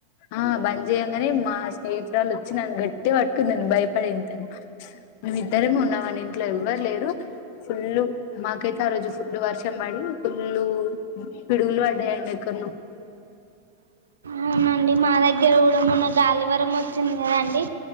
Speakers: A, on the left (about 45°); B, on the right (about 70°).
A: ఆ బంద్ చేయంగానే మా స్నేహితురాలొచ్చి నన్ను గట్టిగా పట్టుకున్నది. భయపడేంతగా. మేమిద్దరమే ఉన్నామండి ఇంట్లో ఎవ్వరు లేరు. ఫుల్, మాకైతే ఆ రోజు ఫుల్ వర్షం పడి, ఫుల్ ఫుల్ పిడుగులు పడ్డాయండి ఎక్కడ్నో.
B: అవునండి మా దగ్గర కూడా మొన్న గాలివరం వచ్చింది కదండీ.